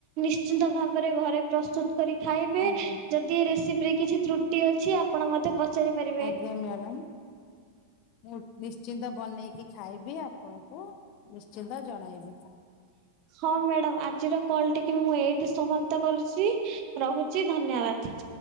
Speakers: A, on the right; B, on the left.
A: ନିଶ୍ଚିନ୍ତ ଭାବରେ ଘରେ ପ୍ରସ୍ତୁତ କରି ଖାଇବେ
B: ଆଜ୍ଞା
A: ଯଦ୍ ଦି ଏ ରେସିପିରେ କିଛି ତ୍ରୁଟି ଅଛି ଆପଣ ମତେ ପଚାରି ପାରି
B: ଆଜ୍ଞା ମ୍ୟାଡ଼ାମ। ମୁଁ ନିଶ୍ଚିନ୍ତ ବନେଇକି ଖାଇବି। ଆପଣଙ୍କୁ ନିଶ୍ଚିନ୍ତ ଜଣାଇବି।
A: ହଁ ମ୍ୟାଡାମ ଆଜିର କଲ ଟିକି ମୁଁ ଏଇଠି ସମାପ୍ ତ କରୁଛି। ରହୁଛି ଧନ୍ୟବାଦ।